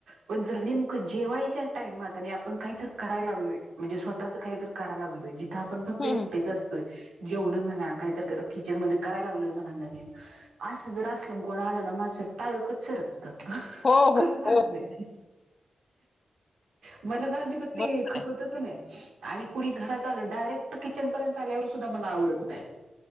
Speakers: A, on the right; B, on the left.
A: पण जर नेमकं जेवायच्या टाइमात आणि आपण काहीत करायला लागलोय. म्हणजे स्वतःच कायतर करायला लागलोय. आपण फक्त
B: हम्म
A: एकटेच असतोय. जेवण म्हणा काहीतर किचन मध्ये करायला लागलोय, म्हणा नवीन असं जर असल कोण आलं ना, माझ टाळकच सर कत,
B: हो
A: खर
B: हो
A: सांगते.
B: हो
A: <inaudible> मला ना आजीबात ते
B: बरोबर
A: खपत
B: आहे
A: आणि कुणी घरात आलं डायरेक्ट किचन पर्यंत आल्यावर सुद्धा मला आवडत नाही.